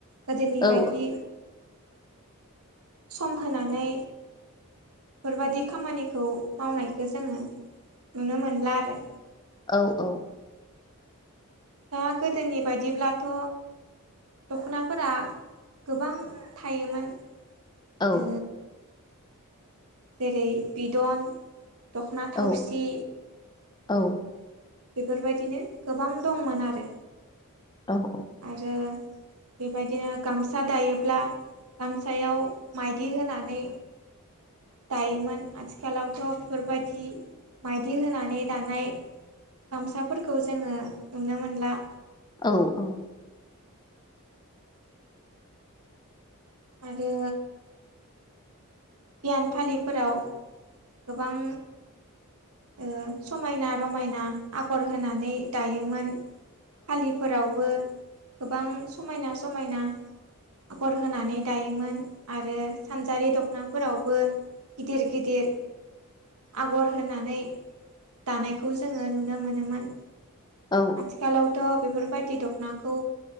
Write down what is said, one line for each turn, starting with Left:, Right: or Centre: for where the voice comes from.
Right: गोदोनि
Left: औ
Right: बायदि सम होनानै बेफोरबादि खामानिखौ मावनायखौ जोंङो नुनो मोनला आरो।
Left: औ औ।
Right: दा गोदोनि बायदिब्लाथ' दख'नाफोरा गोबां थायोमोन।
Left: औ।
Right: ओ जेरै बिदन दख'ना थावसि
Left: औ औ।
Right: बेफोरबायदिनो गोबां दंमोन आरो।
Left: औ। औ
Right: आरो बेबायदिनो गामसा दायोब्ला गामसायाव माइदि होनानै दायोमोन। आथिखालावथ' बेफोरबायदि माइदि होनानै दानाय गामसाफोरखौ जोंङो नुनो मोनला।
Left: औ औ।
Right: आरो बियान फालिफोराव गोबां ओ समायना रमायना आगर होनानै दायोमोन। फालिफोरावबो गोबां समायना समायना आगर होनानै दायोमोन। आरो सानजारि दख'ना फोरावबो गिदिर गिदिर आगर होनानै दानायखौ जोंङो नुनो मोनोमोन
Left: औ
Right: आथिखालावथ' बेफोरबायदि दख'नाखौ